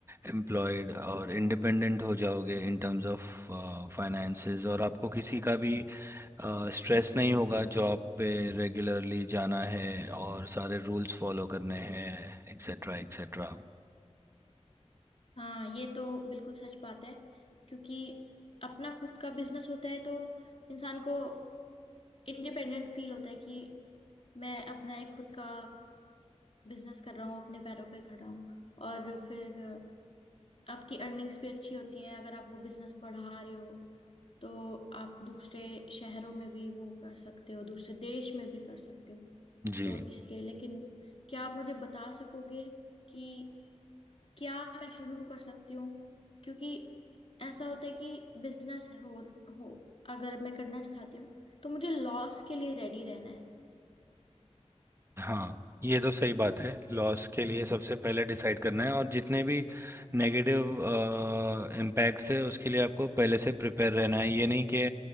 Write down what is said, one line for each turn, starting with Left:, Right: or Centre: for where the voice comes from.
Right: एम्प्लॉयड और इंडिपेंडेंट हो जाओगे इन टर्म्स ऑफ फाइनेंसेस और आपको किसी का भी स्ट्रेस नहीं होगा जॉब पे रेगुलरली जाना है और सारे रूल्स फॉलो करने हैं एक्सेट्रा एक्सेट्रा
Left: हाँ ये तो बिल्कुल सच बात है क्योंकि अपना खुद का बिजनेस होता है तो इंसान को इंडिपेंडेंट फील होता है कि मैं अपना एक खुद का बिजनेस कर रहा हूँ अपने पैरों पे खड़ा हूँ और फिर आपकी अर्निंग्स भी अच्छी होती हैं अगर आप वो बिजनेस बढ़ा रहे हो तो आप दूसरे शहरों में भी वो कर सकते हो दूसरे देश में भी कर सकते हो
Right: जी
Left: तो इसलिए लेकिन क्या आप मुझे बता सकोगे कि क्या मैं शुरू कर सकती हूँ क्योंकि ऐसा होता है कि बिजनेस हो हो अगर मैं करना चाहती हूँ तो मुझे लॉस के लिए रेडी रहना है
Right: हाँ ये तो सही बात है लॉस के लिए सबसे पहले डिसाइड करना है और जितने भी नेगेटिव इम्पैक्ट्स है उसके लिए आपको पहले से प्रिपेयर रहना है ये नहीं कि